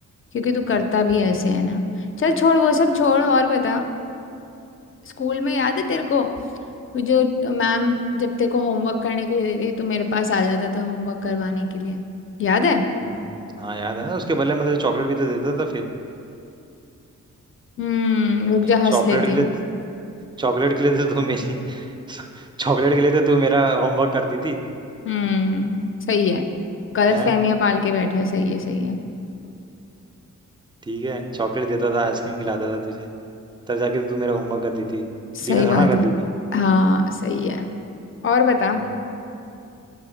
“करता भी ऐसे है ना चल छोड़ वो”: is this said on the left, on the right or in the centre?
Left